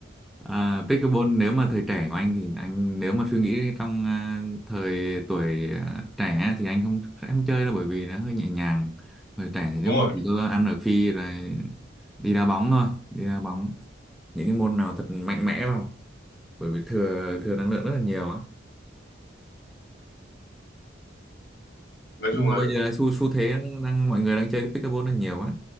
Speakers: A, in the centre; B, on the left (about 60°).
A: À, pickleball nếu mà thời trẻ của anh thì anh nếu mà suy nghĩ trong à, thời tuổi à, trẻ thì anh không sẽ không chơi đâu bởi vì nó hơi nhẹ nhàng thời trẻ thì lúc
B: đúng rồi
A: nào chỉ có ăn ở phi rồi đi đá bóng thôi đi đá bóng những cái môn nào thật mạnh mẽ vào bởi vì thừa thừa năng lượng rất là nhiều á
B: nói
A: nhưng
B: chung
A: mà
B: là
A: bây giờ là xu xu thế nó đang mọi người đang chơi pickleball đang nhiều á